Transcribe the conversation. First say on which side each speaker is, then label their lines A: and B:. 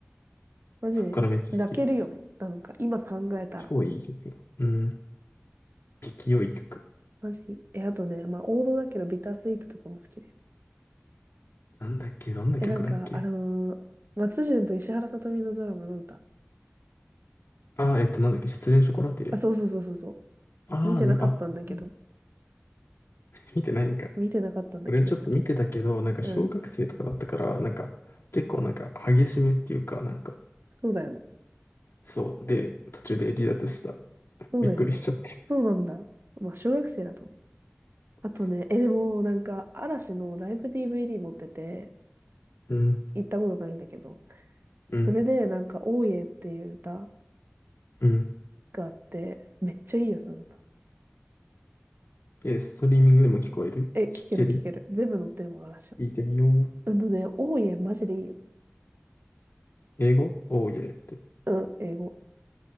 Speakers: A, on the right; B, on the left.
A: マジで泣けるよね。
B: そっからめっちゃ好きです。
A: なんか、今考えたら。
B: 超いい曲よ。うん。激良い曲。
A: マジ。え、あとね、まあ王道だけどビタースイートとかも好きで。
B: なんだっけどんな曲だっけ
A: え、なんか、あのー松潤と石原さとみのドラマの歌。
B: あー、えっと、なんだっけ失恋ショコラティエ。
A: あ、そうそうそうそうそう。
B: ああね、
A: 見てなかったんだけど。
B: あ、そうだ <laughs> 見てないんかい。
A: 見てなかったんだけど好き。
B: 俺ちょっと見てたけど、なんか小学生とかだったから、
A: うん。
B: なんか結構なんか激しめっていうか、なんか、
A: そうだよね。
B: そう。で、途中で離脱した。
A: そうだよね。
B: びっくりしちゃって。
A: そうなんだ。まあ小学生だとね。あとね、
B: そ
A: え、でもなんか嵐のライブ DVD 持ってて、
B: ううん
A: 行ったことないんだけど。
B: うん、
A: それでなんか、大江っていう歌
B: うん。
A: があって、めっちゃいいよ、その歌。
B: え、ストリーミングでも聞こえる聞ける
A: え、聴ける聴ける。全部載ってるもん、嵐は。
B: 聞いてみよう。
A: うんとね、オーマジでいいよ。
B: 英語おーいえって
A: うん、英語。